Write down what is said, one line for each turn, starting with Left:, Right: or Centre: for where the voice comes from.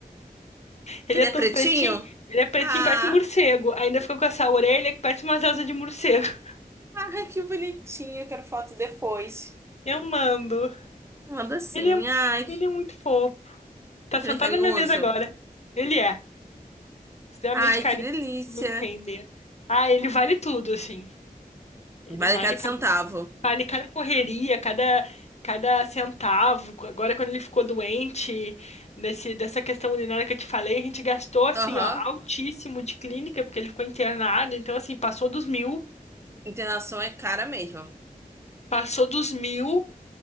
Left: ele
Right: Que ele
Left: é
Right: é
Left: todo
Right: pretinho?
Left: pretinho. Ele é pretinho,
Right: Ah,
Left: parece um morcego. Ainda ficou com essa orelha que parece umas asas de morcego. <laughs>
Right: ai, que bonitinho. Eu quero foto depois.
Left: Eu mando.
Right: Manda sim.
Left: Ele é,
Right: Ai,
Left: ele
Right: que-
Left: é muito fofo. Tá
Right: ele
Left: sentado
Right: é carinhoso.
Left: na minha mesa agora. Ele é. Extremamente
Right: Ai,
Left: carinho,
Right: que delícia.
Left: não entender. Ah, ele vale tudo, assim. Ele
Right: Vale
Left: vale
Right: cada
Left: cada,
Right: centavo.
Left: vale cada correria, cada, cada centavo. Agora, quando ele ficou doente, nesse, dessa questão urinária que eu te falei, a gente gastou, assim,
Right: Aham.
Left: ó, altíssimo de clínica, porque ele ficou internado. Então, assim, passou dos mil,
Right: Internação é cara mesmo.
Left: passou dos mil.